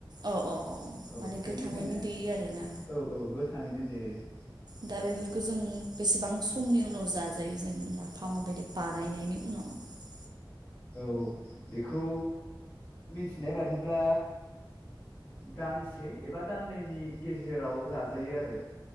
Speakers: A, on the right; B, on the left.
A: अ अ अ
B: औ
A: माने
B: बेनिखायनो
A: गोथाङैनो देयो आरोना
B: औ औ गोथाङैनो देयो। <inaudible>
A: दा बेफोरखौ जों बेसेबां समनि उनाव जाजायो जेनेबा नाफामा बायदि बानायनायनि उनाव?
B: औ बेखौ मिथिनाय बादिब्ला दानसे एबा दाननैनि गेजेराव जाजायो आरो।